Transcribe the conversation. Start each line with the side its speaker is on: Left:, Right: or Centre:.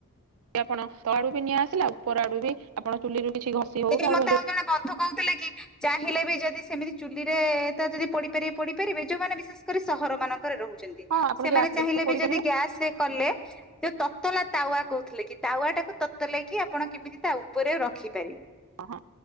Right: ଆପଣ ତଳ ଆଡୁ ବି ନଆଁ ଆସିଲା ଉପର ଆଡୁ ବି ଆପଣ ଚୁଲିରୁ କିଛି ଘଷି ହଉ
Centre: ତେବେ
Right: ବା
Centre: ମତେ
Right: ଯୋଉ
Centre: ଆଉ ଜଣେ ବନ୍ଧୁ କହୁଥିଲେ କି ଚାହିଁଲେ ବି ଯଦି ସେମିତି ଚୁଲିରେ ଯଦି ପୋଡି ପାରିବେ ପୋଡ଼ି ପାରିବେ ଯୋଉ ଯୋଉମାନେ ବିଶ୍ୱାସ କରିବେ ସହର ମାନଙ୍କରେ ରହୁଛନ୍ତି
Right: ହଁ ଆପଣ
Centre: ସେମାନେ
Right: ଗ୍ୟାସରେ
Centre: ଚାହିଁଲେ
Right: ପୋଡି
Centre: ବି ଯଦି
Right: ପାରିବେ
Centre: ଗ୍ୟାସ ରେ କଲେ ଯୋ ତତଲା ତାୱା କହୁଥିଲେ କି ତାୱା ଟାକୁ ତତଲେଇକି ଆପଣ କେମିତି ତା ଉପରେ ରଖିପାରିବେ।
Right: ହ ହଁ।